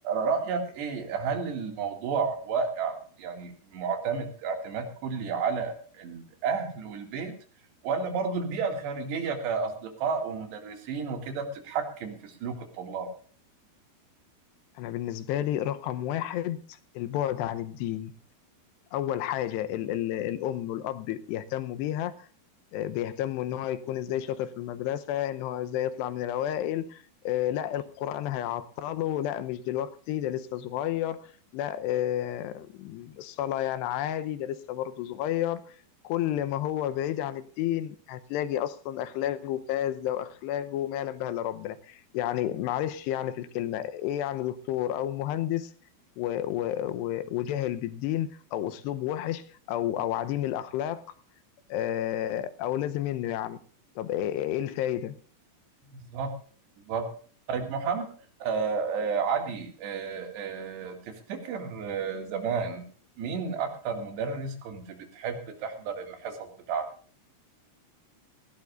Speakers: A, on the right; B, on the left.
A: رأيك إيه هل الموضوع واقع يعني معتمد اعتماد كلي على الأهل والبيت ولا برضو البيئة الخارجية كأصدقاء ومدرسين وكده بتتحكم في سلوك الطلاب؟
B: أنا بالنسبة لي رقم واحد البعد عن الدين أول حاجة ال ال الأم والأب يهتموا بيها آه، بيهتموا ان هو يكون ازاي شاطر في المدرسة ان هو ازاي يطلع من الاوائل آه، لا القرآن هيعطله لا مش دلوقتي ده لسه صغير لا آه، الصلاة يعني عادي ده لسه برضه صغير كل ما هو بعيد عن الدين هتلاقي اصلا اخلاقه فاسده واخلاقه ما يعلم بها الا ربنا يعني معلش يعني في الكلمه ايه يعني دكتور او مهندس و- و- و- وجاهل بالدين او اسلوب وحش او او عديم الاخلاق آه، او لازم منه يعني طب ايه إيه الفايده
A: بالظبط بالظبط طيب محمد آه آه علي آه آه تفتكر آه زمان مين أكتر مدرس كنت بتحب تحضر الحصص بتاعته؟